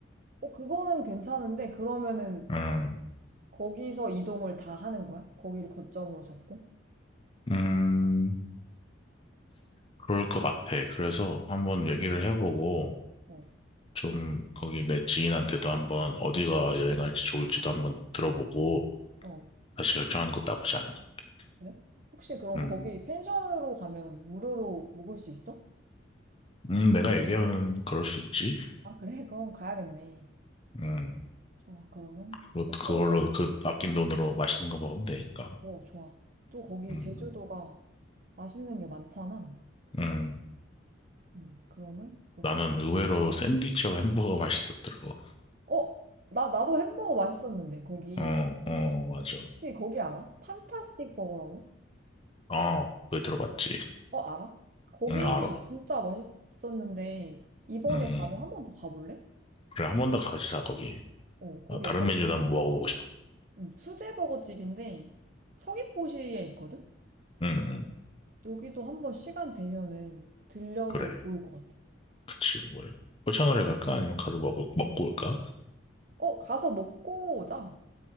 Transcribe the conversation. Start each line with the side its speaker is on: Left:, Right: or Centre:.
Right: 어 그거는 괜찮은데 그러면은
Left: 음,
Right: 거기서 이동을 다 하는 거야? 거기를 거점으로 잡고?
Left: 음. 그럴 것 같아. 그래서 한번 얘기를 해보고,
Right: 어.
Left: 좀 거기 내 지인한테도 한번 어디가 여행할지 좋을지도 한번 들어보고,
Right: 어.
Left: 다시 결정하는 것도 나쁘지 않은 것 같아.
Right: 그래? 혹시 그럼
Left: 음.
Right: 거기 펜션으로 가면 무료로 묵을 수 있어?
Left: 음, 내가 얘기하면 그럴 수 있지.
Right: 아 그래? <laughs> 그럼 가야겠네.
Left: 음,
Right: 좋아. 그러면
Left: 그것,
Right: 숙소는
Left: 그걸로, 그 아낀 돈으로 맛있는 거 먹으면 되니까.
Right: 어 좋아. 또 거기
Left: 음,
Right: 제주도가 맛있는 게 많잖아.
Left: 음.
Right: 음, 그러면 그렇게
Left: 나는
Right: 하면 돼.
Left: 의외로 샌드위치하고 햄버거 <laughs> 맛있었더라고.
Right: 어? 나, 나도 햄버거 맛있었는데 거기
Left: 어, 어, 맞아.
Right: 혹시 거기 알아? 판타스틱 버거라고?
Left: 어, 그거 들어봤지.
Right: 어, 알아? 거기
Left: 응, 알아.
Right: 진짜 맛있었는데 이번에
Left: 응, 응.
Right: 가면 한 번 더 가볼래?
Left: 그래, 한 번 더 가자, 거기.
Right: 어, 거기
Left: 아, 다른
Right: 약간
Left: 메뉴도 한번 먹어보고 싶어.
Right: 음, 수제 버거 집인데 서귀포시에 있거든?
Left: 응, 응.
Right: 여기도 한번 시간 되면은 들려도
Left: 그래.
Right: 좋을 것 같아.
Left: 그치, 뭐래. 포장을 갈까? 아니면 가서 먹을, 먹고 올까?
Right: 어, 가서 먹고 오자.